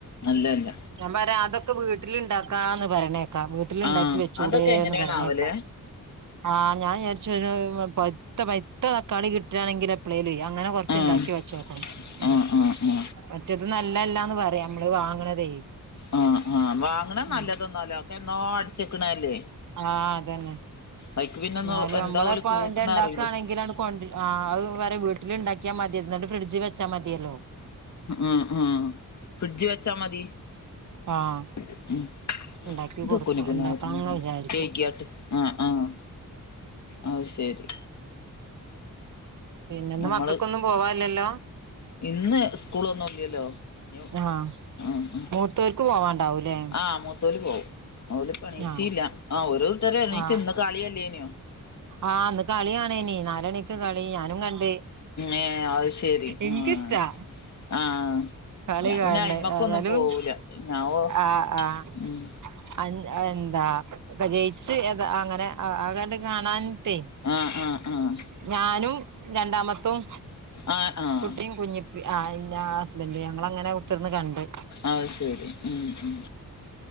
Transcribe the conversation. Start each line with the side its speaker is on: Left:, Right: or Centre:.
Left: അല്ലല്ല
Right: ഞാൻ പറയാ അതൊക്കെ വീട്ടിലിണ്ടാക്കാന്ന് പറയണേ വീട്ടിലിണ്ടാക്കി
Left: ആഹ്
Right: വെച്ചൂടേന്ന്
Left: അതൊക്കെ എങ്ങനെയാണാവല്
Right: പറയണേക്കാ. ആഹ് ഞാൻ വിചാരിച്ചു ഒര് പൗത്ത പയ്ത്ത തക്കാളി കിട്ടുകാണെങ്കിൽ എപ്പളേലേ ആഹ് അങ്ങനെ കൊറച്ച്
Left: ആഹ്
Right: ഇണ്ടാക്കി വച്ചോക്കണം <unintelligible>
Left: ആ
Right: ഉം
Left: ആ ആ
Right: മറ്റേത് നൽ ല്ലല്ലാന്ന് പറയും അമ്മള് വാങ്ങണതേ
Left: ആഹ് ആഹ് വാങ്ങണ്
Right: ഉം
Left: നല്ലതൊന്നല്ലാ അതൊക്കെ എന്നോ അടിച്ചേക്കണല്ലേ?
Right: ആഹ് അതെന്നെ
Left: അയ്ക്ക് പിന്നെ ഒന്ന്
Right: ന്നാലും
Left: എന്താ
Right: അമ്മള്പ്പോ
Left: ഓല് കൂട്ടണ
Right: എന്താ ഇണ്ടാക്ക്വാണെങ്കിലാണ്
Left: അറിയില്ല
Right: ങ്ങട് കൊണ്ട്രു. ആഹ് അത് വരെ വീട്ടില് ഇണ്ടാക്കിയാ മത്യേ. ന്നിട്ട് ഫ്രിഡ്ജ് വെ ച്ച മതിയല്ലോ
Left: ആഹ് ആഹ് ഫ്രിഡ്ജി വെച്ചാ മതി.
Right: ആഹ്
Left: ഉം <unintelligible>
Right: ഉണ്ടാക്കി കൊടുത്തു ഉണ്ടാക്കണംന്ന് വിചാരിക്കും
Left: ആഹ് ആഹ് അത് ശരി
Right: പിന്നെന്ന്
Left: നമ്മള്
Right: മക്കക്കൊന്നും പോവാല്ലല്ലോ
Left: ഇന്ന് ഉസ്കൂളോന്നും ഇല്ലല്ലോ ഞ്ഞു
Right: ആഹ്
Left: ആഹ്
Right: മൂത്തോർക്ക് പോവാണ്ടാവൂലേ
Left: ആ മൂത്തോല് പോവും ഓല്പ്പ ണീച്ചീല്ല
Right: ആഹ്
Left: ആഹ് ഓരോരുത്തര് എണീച്ച്
Right: ആഹ്
Left: ഇന്ന് കളിയ അല്ലേനെയോ
Right: ആഹ് ഇന്ന് കളിയാണെനി നാല് മണിക്ക് കളി ഞാനും കണ്ട്
Left: ഏ അത് ശരി
Right: എനക്ക്ഷ്ടാ
Left: ആ ആഹ്
Right: കളി
Left: ഞാൻ
Right: കാണണ്
Left: പിന്നെ അയ്മക്കൊന്നും
Right: എന്നാലും
Left: പോവൂല ഞാൻ ഓ
Right: ആഹ് ആഹ്
Left: ഉം
Right: അഹ് എന്താ ജയിച്ച് അങ്ങനെ ആഹ് <unintelligible> കാണാനിട്ടേ
Left: ആഹ് ആഹ് ആഹ്
Right: ഞാനും രണ്ടാമത്തും
Left: ആഹ് ആഹ് ആഹ്
Right: കുട്ടിയും കു ആഹ് ഞാന് ഹസ്ബന്റ് ഞങ്ങ അങ്ങനെ കുത്തിർന്ന് കണ്ട്
Left: അഹ് ശെരി ഉം ഉം